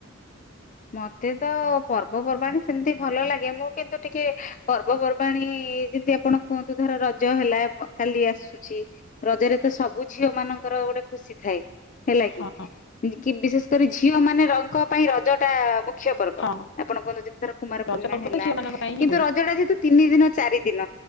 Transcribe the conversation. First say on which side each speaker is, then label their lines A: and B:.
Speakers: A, on the left (about 40°); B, on the left (about 60°).
A: ମତେ ତ ପର୍ବପର୍ବାଣୀ ସେମିତି ଭଲ ଲାଗେ ମୁଁ କିନ୍ତୁ ଟିକେ ପର୍ବପର୍ବାଣୀ ଯେମତି ଆପଣ କୁହନ୍ତୁ ଧର ରଜ ହେଲା କାଲି ଆସୁଛି ରଜରେ ତ ସବୁ ଝିଅ ମାନଙ୍କର ଗୋଟେ ଖୁସି ଥାଏ। ହେଲା
B: ହଁ
A: କି କି ବିଶେଷ ଝିଅ ମାନେ ରଙ୍କ ପାଇଁ ରଜ ଟା ମୁଖ୍ୟ ପର୍ବ,
B: ହଁ
A: ଆପଣ କୁହନ୍ତୁ ଧର କୁମାର
B: ରଜ
A: ପୂର୍ଣ୍ଣିମା
B: ପର୍ବ
A: ହେଲା,
B: ତ ଝିଅ ମାନଙ୍କ ପାଇଁ
A: କିନ୍ତୁ
B: ହିଁ ହୁଏ
A: ରଜ ଟା ଯେହେତୁ ତିନି ଦିନ, ଚାରି ଦିନ